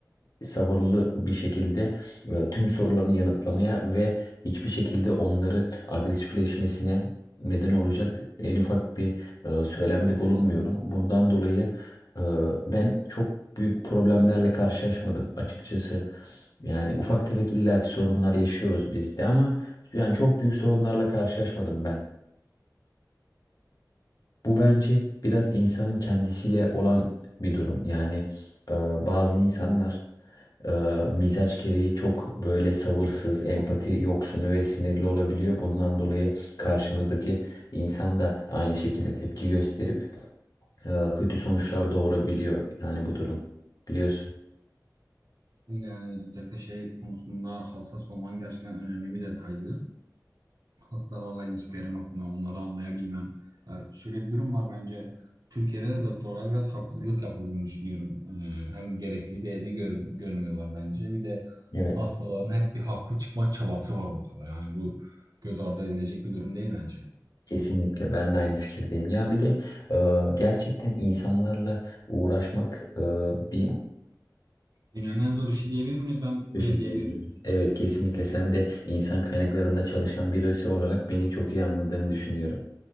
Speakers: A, on the left; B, on the right.
A: sabırlı bir şekilde e, tüm sorularını yanıtlamaya ve hiçbir şekilde onları agresifleşmesine neden olacak en ufak bir e, söylemde bulunmuyorum. Bundan dolayı ee, Ben çok büyük problemlerle karşılaşmadım açıkçası. Yani ufak tefek illaki sorunlar yaşıyoruz biz de ama yani çok büyük sorunlarla karşılaşmadım ben. Bu bence biraz insanın kendisiyle olan bir durum. Yani e, bazı insanlar e, mizaç gereği çok böyle sabırsız, empati yoksunu ve sinirli olabiliyor. Bundan dolayı karşımızdaki insan da aynı şekilde tepki gösterip e, kötü sonuçlar doğurabiliyor. Yani bu durum biliyorsun.
B: Öyle yani özellikle şey konusunda hassas olman gerçekten önemli bir detaydı. Hastalarla ilişkilerim hakkında onları anlayabilmen. Ya şöyle bir durum var bence. Türkiye'de de doktorlara biraz haksızlık yapıldığını düşünüyorum. Ee, hem gerektiği değeri gör- görmüyorlar bence. Bir de
A: Evet
B: hastaların hep bir haklı çıkma çabası var ortada. Yani bu göz ardı edilecek bir durum değil bence.
A: kesinlikle ben de aynı fikirdeyim. Ya bir de e, gerçekten insanlarla uğraşmak e, bir
B: Dünyanın en zor işi diyebilir miyiz? Ben böyle
A: şey
B: diyebilirim.
A: diyebiliriz. Evet kesinlikle sen de insan kaynaklarında çalışan birisi olarak beni çok iyi anladığını düşünüyorum.